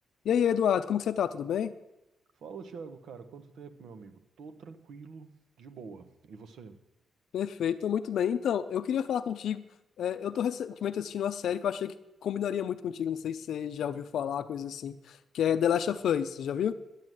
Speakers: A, on the left; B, on the right.
A: E aí, Eduardo, como que você tá? Tudo bem?
B: Fala, Thiago, cara, quanto tempo, meu amigo? Tô tranquilo, de boa. E você?
A: Perfeito, tô muito bem. Então, eu queria falar contigo. é, eu tô recentemente assistindo uma série que eu achei que combinaria muito contigo. Não sei se você já ouviu falar, coisa assim, que é The Last of Us. Você já viu?